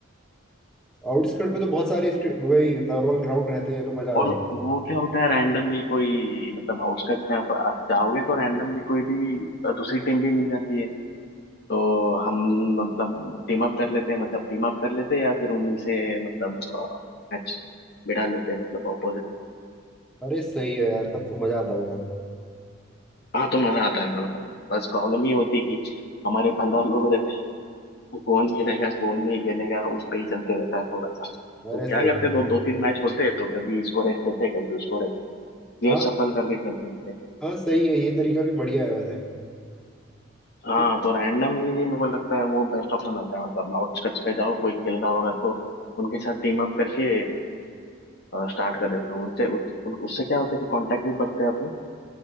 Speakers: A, in the centre; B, on the left.
A: आउटस्कर्ट में तो बहुत सारे स्टे- वही नॉर्मल ग्राउंड रहते हैं ये तो मजा आ
B: और
A: जाता
B: वो
A: है
B: क्या होता है रैंडमली कोई मतलब आउटस्कर्ट्स में आप आप जाओगे तो रैंडमली कोई भी अ, दूसरी टीम भी मिल जाती है तो हम मतलब टीम अप कर लेते हैं मतलब टीम अप कर लेते हैं या फिर उन्हीं से मतलब मैच बिठा लेते हैं मतलब ऑपोजिट
A: अरे सही है यार तब तो मजा आता होगा
B: हाँ तो मजा आता है मजा आता है बस प्रॉब्लम ये होती है कि हमारे पंद्रह लोग रहते हैं तो कौन खेलेगा कौन नहीं खेलेगा उस पे ही चलते रहता है थोड़ा सा
A: अरे
B: तो क्या
A: सही
B: करते
A: है।
B: हैं दो दो तीन मैच होते हैं तो कभी इसको रेस्ट देते हैं कभी उसको रेस्ट देते हैं
A: हाँ
B: ये सफल करके खेलते रहते हैं
A: हाँ सही है ये तरीका भी बढ़िया है वैसे
B: हाँ
A: तो
B: तो रैंडमली मेरे को लगता है वो बेस्ट ऑप्शन होता है मतलब आउटस्कट्स पे जाओ कोई खेल रहा होगा तो उनके साथ टीम अप करके स्टार्ट करें तो उनसे उत, उन, उससे क्या होता है कि कांटेक्ट भी बढ़ते हैं अपने